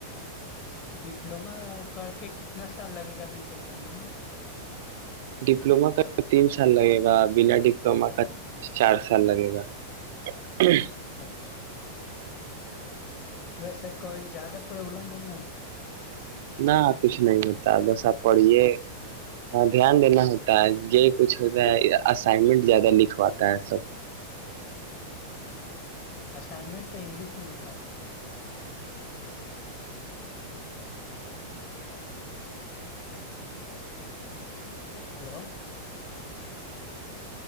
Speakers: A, on the left; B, on the right.
A: ڈپلوما کر کے کتنا سال لگے گا بی ٹیک کرنے میں
B: ڈپلوما کا تین سال لگے گا بنا ڈپلوما کا چار سال لگے گا ہ
A: اچھا ویسے کوئی زیادہ پرابلم نہیں ن ہوتا
B: نہ کچھ نہیں ہوتا بس آپ پڑھیے دھیان دینا ہوتا ہے یہ کچھ ہوتا ہے اسائنمنٹ زیادہ لکھواتا ہے سب
A: اسائنمنٹ تو انگلش میں ہوتا ہوا تب hello